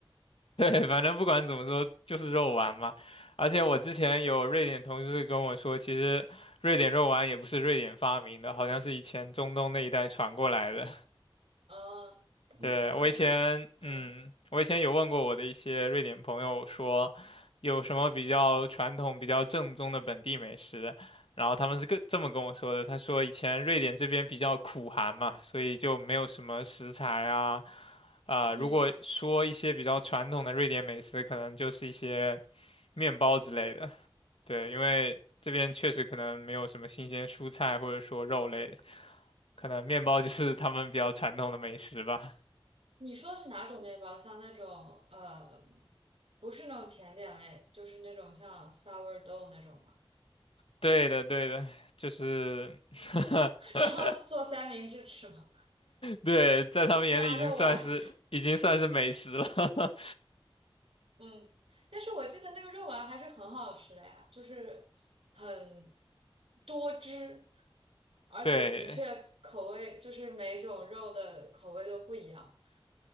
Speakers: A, on the left; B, on the right.
A: <laughs> 对，反正不管怎么说，就是肉丸嘛。而且我之前有瑞典同事跟我说，其实瑞典肉丸也不是瑞典发明的，好像是以前中东那一带传过来的。
B: 嗯，
A: 对，
B: 所以嗯
A: 我以前，嗯，我以前有问过我的一些瑞典朋友说，有什么比较传统、比较正宗的本地美食，然后他们是跟这么跟我说的，他说以前瑞典这边比较苦寒嘛，所以就没有什么食材啊，啊、
B: 嗯。
A: 如果说一些比较传统的瑞典美食，可能就是一些面包之类的，对，因为这边确实可能没有什么新鲜蔬菜或者说肉类的，可能面包就是他们比较传统的美食吧。
B: 你说的是哪种面包？像那种呃，不是那种甜点类，就是那种像 sourdough 那种吗？
A: 对的，对的，就是，<laughs>
B: <laughs> 然后做三明治吃吗？
A: 对，在他们眼里已经算是已经算是美食了。
B: 加肉丸，
A: <laughs>
B: <laughs> 嗯，但是我记得那个肉丸还是很好吃的呀，就是很多汁，而且的确口味就是每种肉的口味都不一样。
A: 对，